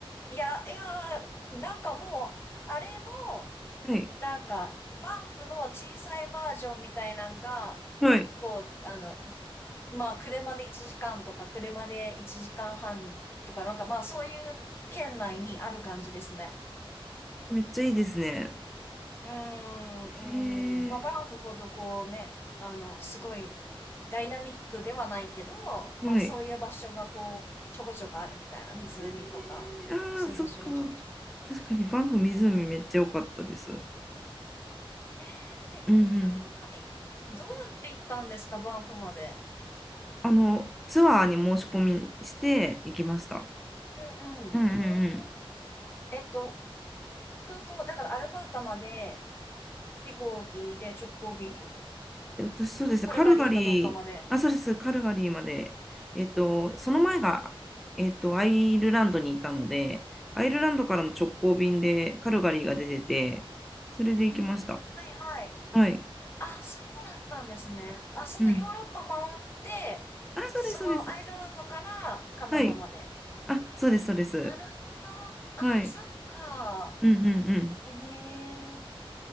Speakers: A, on the left; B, in the centre.
A: いや、いや、うんなんかもう、あれの、
B: はい。
A: なんか、バンフの小さいバージョンみたいなんが、
B: はい。
A: 結構、あの、まあ、車で1時間とか、車で1時間半とか、なんかまあ、そういう県内にある感じですね。
B: めっちゃいいですね。
A: うーん、
B: へえ。
A: うん。まあ、バンフほどこうね、あの、すごいダイナミックではないけど、
B: はい。
A: まあそういう場所がこう、ちょこちょこあるみたいな、湖とか、
B: えー、
A: そういう場所がちょこちょこある。
B: ああ、そっか。確かにバンフ湖めっちゃ良かったです。
A: うん。で、いいなぁ。
B: うんうん
A: え、どうやって行ったんですか、バンフまで。
B: あの、ツアーに申し込みして行きました。
A: うんうんうん。
B: うんうんうん
A: うーん。えっと、空港、だからアルバータまで飛行機で直行便
B: 私、そうですね、
A: カルガリーかどっかまで。
B: カルガリー、あ、そうです、カルガリーまで、えっと、その前が、
A: うん
B: えっと、アイルランドにいたので、アイルランドからの直行便でカルガリーが出てて、それで行きました。
A: はい
B: はい。
A: あ、そうだったんですね。あ、そのヨーロッパ回って、
B: うん。あ、そうです、
A: そのアイルランドからカナダまで。
B: そうです。はい。あ、そうです、そうです。
A: なるほど。あ、
B: はい。
A: そっか。
B: うんうんうん。
A: へえ。